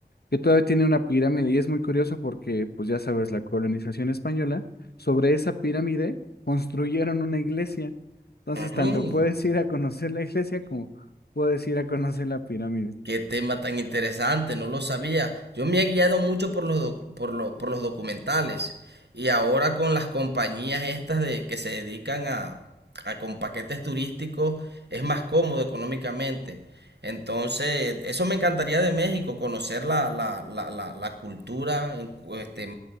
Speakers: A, on the left; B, on the right.
A: que todavía tiene una pirámide y es muy curioso porque, pues ya sabes, la colonización española, sobre esa pirámide construyeron una iglesia. Entonces,
B: Ujú.
A: tanto puedes ir a conocer la iglesia como puedes ir a conocer la pirámide.
B: Qué tema tan interesante, no lo sabía. Yo me he guiado mucho por los, doc- por lo- por los documentales y ahora con las compañías estas de, que se dedican a, a con paquetes turísticos es más cómodo económicamente. Entonces, eso me encantaría de México, conocer la, la, la, la, la cultura, en cu- este,